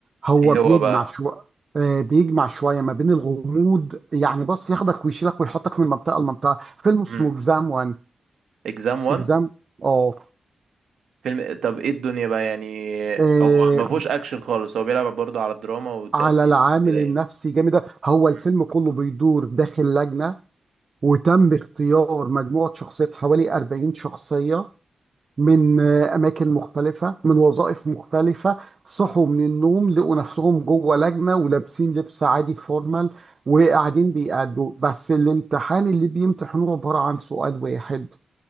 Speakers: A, on the right; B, on the right.
A: هو
B: ايه
A: بيجمع
B: هو بقى
A: شو آه، بيجمع شويه ما بين الغموض يعني بص ياخدك ويشيلك ويحطك من منطقه لمنطقه فيلم اسمه
B: امم
A: اكزام وان
B: اكزام 1
A: اكزام اه
B: فيلم طب ايه الدنيا بقى يعني
A: آه،
B: هو ما فيهوش اكشن خالص هو بيلعب برضه على الدراما والتأثير
A: على العامل
B: كده يعني
A: النفسي جامد ده. هو
B: مم.
A: الفيلم كله بيدور داخل لجنه وتم اختيار مجموعه شخصيات حوالي 40 شخصيه من آه، أماكن مختلفة من وظائف مختلفة صحوا من النوم لقوا نفسهم جوه لجنة ولابسين لبس عادي فورمال وقاعدين بيأدوا بس الامتحان اللي بيمتحنوه عبارة عن سؤال واحد